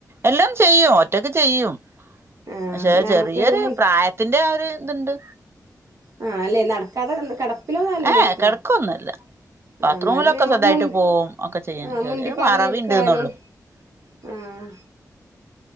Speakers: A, on the right; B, on the right.
A: എല്ലം ചെയ്യും. ഒറ്റക്ക് ചെയ്യും.
B: ആഹ്
A: പക്ഷെ
B: എന്നാ
A: ചെറിയൊരു
B: നമുക്കൊരു മുൻ
A: പ്രായത്തിന്റെ ആ ഒരു ഇത്ണ്ട്.
B: ആ അല്ലെ. നടക്കാതെ കെടപ്പിലൊന്നല്ലല്ലോയ്ക്ക.
A: ഏഹ് കെടക്കൊന്നുല്ല ബാത്റൂമിലൊക്കെ
B: ആ ഇന്നാലും പിന്നെ ഞ്ഞമ്മക്ക്
A: സ്വന്തായിട്ട്
B: മു
A: പോവും ഒക്കെ ചെയ്യും
B: ആഹ്
A: ചെറിയൊരു
B: മുണ്ടി പർഞ്ഞിര്ക്കാനും.
A: മറവിണ്ട്ന്നൊള്ളു
B: ആഹ്.